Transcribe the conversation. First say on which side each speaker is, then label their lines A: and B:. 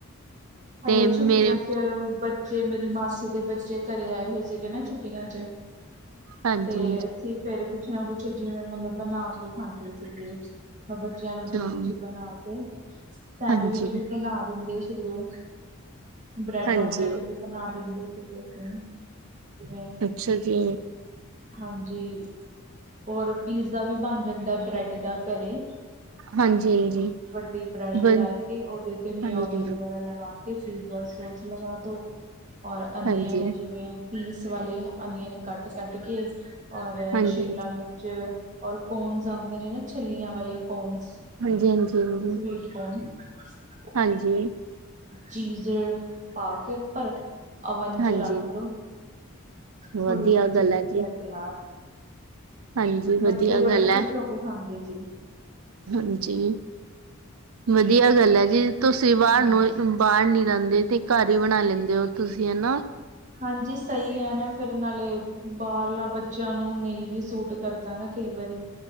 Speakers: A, on the right; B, on the right.
A: ਹਲੇੇ
B: ਮੇਰੇ
A: ਛੁੱਟੀਆਂ ਚ ਬੱਚੇ ਮੇਰੀ ਮਾਸੀ ਦੇ ਬੱਚੇ ਘਰੇ ਆਏ ਹੋਏ ਸੀਗੇ ਨਾ ਛੁੱਟੀਆਂ ਚ
B: ਹਾਂਜੀ
A: ਤੇ ਅਸੀਂ ਫੇਿਰ ਕੁਛ ਨਾ ਕੁਛ ਜਿਵੇਂ ਮਤਲਬ ਬਣਾ ਕੇ ਖਾਂਦੇ ਸੀਗੇ ਮੈਂ ਬੱਚਿਆਂ ਨੂੰ ਦਿੰਦੀ
B: ਹਾਂਜੀ
A: ਸੀ ਬਣਾ ਕੇ ਸਟੈਂਡ
B: ਅੱਛਾ ਹਾਂਜੀ
A: ਵਿੱਚ ਵੀ ਬਣਾ ਦਿੰਦੇ ਸੀਗੇ। ਬ੍ਰੈਡ
B: ਹਾਂਜੀ
A: ਓਮਲੇਟ ਵੀ ਬਣਾ ਦਿੰਦੇ ਸੀਗੇ ਅਸੀਂ। ਜਿਵੇਂ
B: ਅੱਛਾ ਜੀ।
A: ਹਾਂਜੀ, ਹੋਰ ਪੀਸ ਦਾ ਵੀ ਬਣ ਜਾਂਦਾ ਬਰੈਡ ਦਾ ਘਰੇ।
B: ਹਾਂਜੀ ਹਾਂਜੀ
A: ਵੱਡੀ ਬਰੈਡ
B: ਬ
A: ਲੈ ਕੇ ਉਹਦੇ ਤੇ ਮਿਉਨੀ
B: ਹਾਂਜੀ
A: ਵਗੈਰਾ
B: ਹਾਂਜੀ
A: ਲਗਾ‌ ਕਿਸ ਚੀਜ਼ ਦਾ ਸੋਚ ਲਗਾ ਦੋ ਔਰ ਅਨਅਨ
B: ਹਾਂਜੀ
A: ਨੇ ਜਿਵੇਂ ਇਸ ਵਾਲੇ ਅਨੀਅਨ ਕੱਟ ਕੱਟ ਕੇ ਔਰ
B: ਹਾਂਜੀ
A: ਸ਼ਿਮਲਾ ਮਿਰਚ ਔਰ ਕੋਨਸ ਜਾਂਦੇ ਨੇ ਨਾ ਛਲੀਆਂ ਵਾਲੇ ਕੋਨਸ।
B: ਹਾਂਜੀ ਹਾਂਜੀ ਹਾਂਜੀ
A: ਵਕਮ <unintelligible>
B: ਹਾਂਜੀ।
A: ਚੀਜ਼ ਪਾ ਕੇ ਪਰ, ਅਵਨ
B: ਹਾਂਜੀ
A: ਚ ਰੱਖ ਦੋ। ਥੋੜੀ
B: ਵਧੀਆ
A: ਦੇਰ
B: ਗੱਲ
A: ਚ ਪੀਜ਼ਾ
B: ਹੈ ਜੀ
A: ਤਿਆਰ।
B: ਹਾਂਜੀ ਵਧੀਆ
A: ਬੱਚੇ ਬੜੇ
B: ਗੱਲ ਹੈ
A: ਖੁਸ਼ ਹੋ ਕੇ ਖਾਂਦੇ ਸੀ।
B: ਹਾਂਜੀ, ਵਧੀਆ ਗੱਲ ਹੈ ਜੀ ਤੁਸੀਂ ਬਾਹਰ
A: ਹਾਂਜੀ।
B: ਨੂੰ ਬਾਹਰ ਨੀ ਜਾਂਦੇ ਤੇ ਘਰ ਹੀ ਬਣਾ ਲੈਂਦੇ ਹੋ ਤੁਸੀਂ ਹਨਾ।
A: ਹਾਂਜੀ ਸਹੀ ਹੈ ਨਾ ਫਿਰ ‌ਨਾਲੇ ਬਾਹਰਲਾ ਬੱਚਿਆਂ ਨੂੰ ਨਹੀਂ ਵੀ ਸੂਟ ਕਰ ਦਾ ਨਾ ਕਈ ਵਾਰੀ।